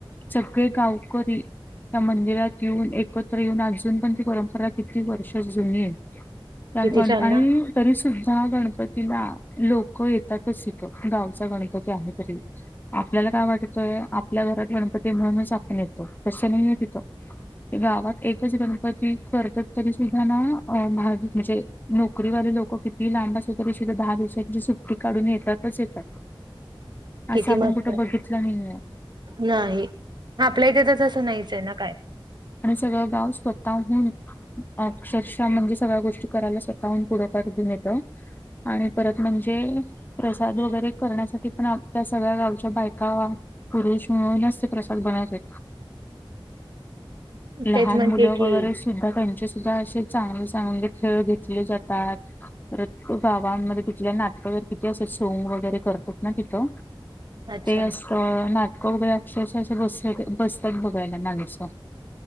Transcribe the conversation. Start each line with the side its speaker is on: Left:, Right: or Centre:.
Left: सगळे गावकरी त्या मंदिरात येऊन, एकत्र येऊन, अजून पण ती परंपरा किती वर्ष जुनी आहे. त्या
Right: किती
Left: गण
Right: छान
Left: आणि
Right: ना
Left: तरी सुुद्धा गणपतीला लोक येतातच तिथं, गावचा गणपती आहे तरी. आपल्याला काय वाटतंय आपल्या घरात गणपती म्हणूनच आपण येतो. तस नाहीये तिथं. गावात एकच गणपती करतात तरी सुद्धा ना अ भावी म्हणजे नोकरीवाले लोक कितीही लांब असले तरी सुद्धा दहा दिवसांची सुट्टी काढून येतातच येतात.
Right: किती
Left: असं आपण
Right: मस्त,
Left: कुठं बघितलं नाहीये
Right: नाही आपल्या इथे तर तसं नाहीच आहे ना काय.
Left: आणि सगळं गाव स्वतःहून अक्षरशः म्हणजे सगळ्या गोष्टी करायला स्वतःहून पुढाकार घेऊन येत. आणि परत म्हणजे प्रसाद वगैरे करण्यासाठी पण अख्ख्या सगळ्या गावच्या बायका पुरुष म्हणूनच ते प्रसाद बनयचे.
Right: <inaudible>
Left: लहान
Right: तेच म्हणते
Left: मुलं
Right: की
Left: वगैरे सुद्धा त्यांचे सुद्धा असे चांगले चांगले खेळ घेतले जातात. परत गावांमध्ये त नाटक तर किती असं सोग वगैरे करतात ना तिथं,
Right: अच्छा
Left: ते अस तर नाटकं वगैरे अक्षरश असं बस -बसतात बघायला माणसं.